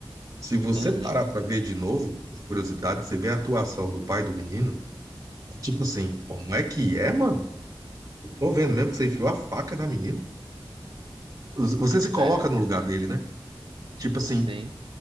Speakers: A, on the right; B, on the right.
A: Se você
B: uhum,
A: parar pra ver de novo, por curiosidade, você vê a atuação do pai do menino, é tipo assim, como é que é, mano? Tô vendo mesmo que você enfiou a faca na menina. Você se coloca
B: é,
A: no lugar dele, né? Tipo assim,
B: sim.